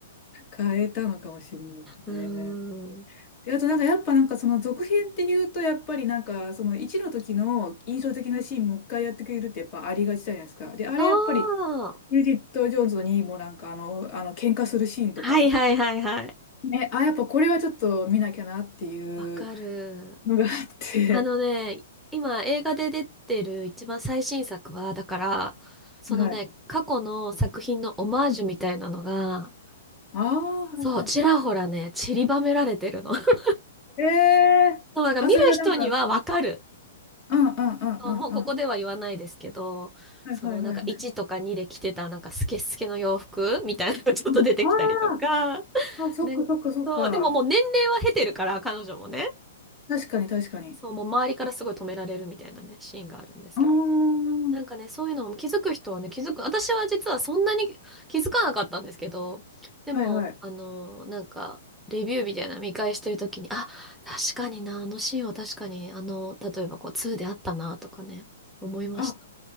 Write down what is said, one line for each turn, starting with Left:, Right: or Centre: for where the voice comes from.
Left: 変えたのかもしれないですね。
Centre: う。<laughs> うーん。
Left: で、あとなんかやっぱなんかその続編っていうと、やっぱりなんかその1の時の印象的なシーンもう一回やってくれるってやっぱありがちじゃないですか。で、あれやっぱり、
Centre: ああ。
Left: ブリジット・ジョーンズにもなんかあの、あの喧嘩するシーンとか、
Centre: はいはいはいはい。
Left: ね、あ、やっぱこれはちょっと見なきゃなっていう
Centre: わかる。
Left: のがあって、
Centre: あのね、今映画で出てる一番最新作は、だから、そのね、
Left: <laughs> はい。
Centre: 過去の作品のオマージュみたいなのが、
Left: ああ、はいはい。
Centre: そう、ちらほらね、散りばめられてるの。<laughs>
Left: ええあ、
Centre: そう、だから見る人にはわかる。
Left: それはなんか、うんうんうんうんうん。
Centre: そうもうここでは言わないですけど、
Left: はいはいはいはい。
Centre: そのなんか1とか2で着てたなんかスケスケの洋服みたいなのがちょっと出てきたりとか、
Left: はいあ
Centre: <laughs>
Left: あーあ、そっかそっかそっか。
Centre: ね、そう、でももう年齢は経てるから、彼女もね、
Left: 確かに確かに。
Centre: そう、もう周りからすごい止められるみたいなね、シーンがあるんですけど。
Left: ああ、は
Centre: なんかね、そういうのも気づく人はね、気づく。私は実はそんなに気づかなかったんですけど、でも、
Left: いはい。
Centre: あの、なんか、レビューみたいなの見返してるときに、あ、確かにな、あのシーンは確かに、あの、例えばこう、2であったな、とかね、思いました。
Left: あ、